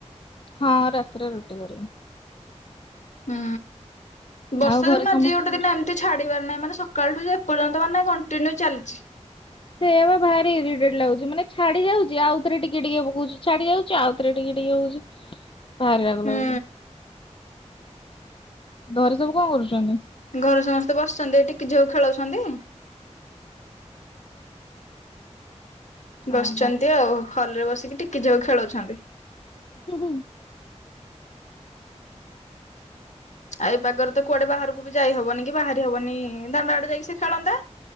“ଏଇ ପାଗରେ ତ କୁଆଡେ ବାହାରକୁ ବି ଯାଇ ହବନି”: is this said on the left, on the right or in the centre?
Left